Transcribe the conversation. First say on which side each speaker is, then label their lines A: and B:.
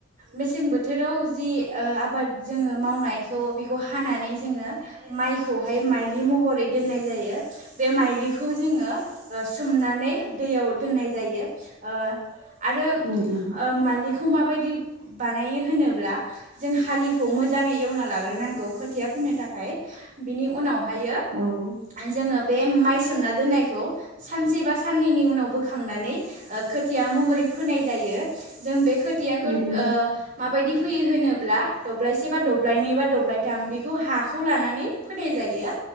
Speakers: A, on the right (about 40°); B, on the right (about 60°).
A: मेसें बो बोथोराव जि ओ आबाद जोङो मावनायखौ बेखौ हानानै जोङो माइखौहाय माइलि महरै दोननाय जायो बे माइलिखौ जोङो ओ सोमनानै दैयाव दोन्नाय जायो ओ आरो ओ
B: उम उम
A: माइलिखौ माबादि बानायो होनोब्ला जों हालिखौ मोजाङै एवना लाग्रोनांगौ खोथिया फोननो थाखाय बिनि उनाव हायो
B: औ
A: जोङो बे माइ सोमना दोननायखौ सानसे बा साननैनि उनाव बोखांनानै ओ खोथिया महरै फोनाय जायो जों बे खोथियाखौ
B: उम
A: ओ
B: उम
A: फैयो होनोब्ला दब्लायसे बा दब्लायनै बा दब्लायथाम बेखौ हाखौ लानानै फोनाय जायो।